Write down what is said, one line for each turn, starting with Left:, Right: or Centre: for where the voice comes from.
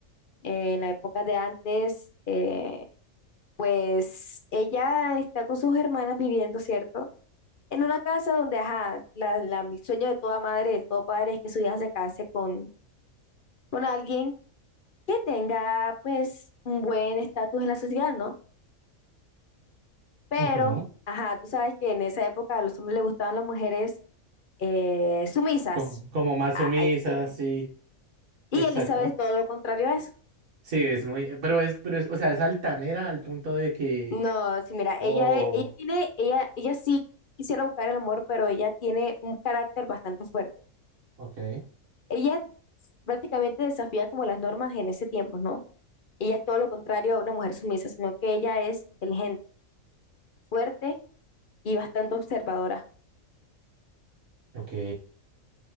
Left: eh, en la época de antes, eh, pues ella está con sus hermanas viviendo, ¿cierto? En una casa donde, ajá, la, la- el sueño de toda madre, de todo padre es que su hija se case con, con alguien que tenga, pues, un buen estatus en la sociedad, ¿no? Pero,
Right: Ujú.
Left: ajá, tú sabes que en esa época a los hombres les gustaban las mujeres eh, sumisas.
Right: Co- Como más
Left: Ay,
Right: sumisa,
Left: qué-
Right: sí.
Left: Y
Right: Exacto.
Left: Elizabeth es todo lo contrario a eso.
Right: Sí, es muy... Pero es, pero es, o sea, es altanera al punto de que...
Left: No, sí, mira,
Right: Oh,
Left: ella, e- ella tiene, ella, ella sí quisiera buscar el amor, pero ella tiene un carácter bastante fuerte.
Right: ok.
Left: Ella prácticamente desafía como las normas en ese tiempo, ¿no? Ella es todo lo contrario a una mujer sumisa, sino que ella es inteligente, fuerte y bastante observadora.
Right: Ok.